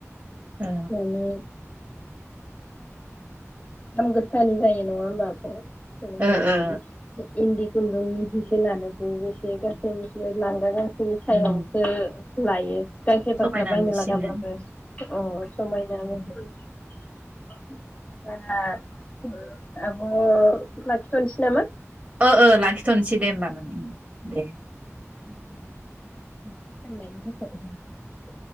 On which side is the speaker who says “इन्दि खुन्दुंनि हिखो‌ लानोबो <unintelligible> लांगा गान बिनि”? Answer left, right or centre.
Left